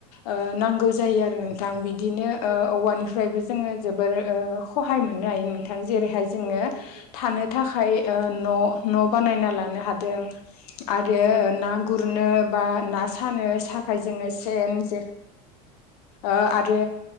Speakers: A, on the left; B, on the right.
A: ओ नांगौ जायो आरो नोंथां बिदिनो
B: औ
A: ओ औवानिफ्रायबो जोङो जोबोर खहाय मोननो हायो नोंथां जेरैहाय जोङो
B: औ नोंथां
A: थानो थाखाय ओ न 'बानायना लानो हादों आरो
B: औ
A: ना गुर गुरनो बा ना सानो थाखाय जोङो सेन जे ओ आरो